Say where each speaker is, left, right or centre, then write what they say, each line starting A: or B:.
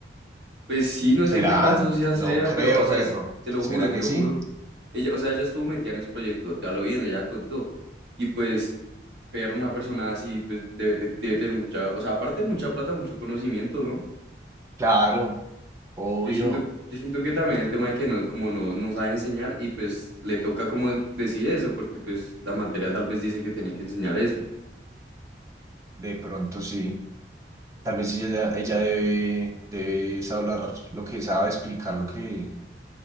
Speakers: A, on the right (about 75°); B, on the right (about 15°).
A: Pues sí, no
B: ¿Será?
A: sé qué tan socia sea,
B: No creo,
A: pero, o sea,
B: perro.
A: es- te
B: ¿Será
A: lo juro, te
B: que
A: lo
B: sí?
A: juro. Ella, o sea, ella estuvo metida en ese proyecto, te lo bien, ella contó. Y pues, ver una persona así, pues debe, te- debe tener mucha, o sea, aparte de mucha plata, mucho conocimiento, ¿no?
B: Claro, obvio,
A: Yo siento, yo siento que también el tema de que no, como no, no sabe enseñar y pues le toca como decir eso, porque pues la materia tal vez dice que tiene que enseñar eso.
B: de pronto sí. Tal vez sí, ella, ella debe, debe hablar lo que sabe, explicar lo que,